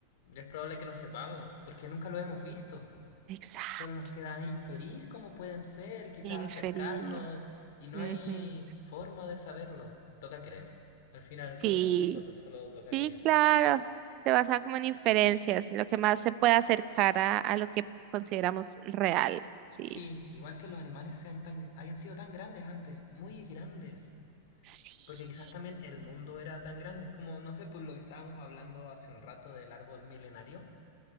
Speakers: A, on the left; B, on the right.
A: es probable que no sepamos, porque nunca lo hemos visto.
B: Exacto.
A: Solo nos queda inferir cómo pueden ser, quizás
B: Inferir.
A: acercarnos, y no
B: Ujú.
A: hay forma de saberlo. Toca creer. Al final,
B: Sí,
A: como muchas cosas, solo toca
B: sí,
A: creer.
B: claro. Se basa como en inferencias, lo que más se puede acercar a, a lo que consideramos real. Sí.
A: Sí, igual que los animales sean tan, hayan sido tan grandes antes, muy grandes.
B: Sí.
A: Porque quizás también el mundo era tan grande, es como, no sé, por lo que estábamos hablando hace un rato del árbol milenario,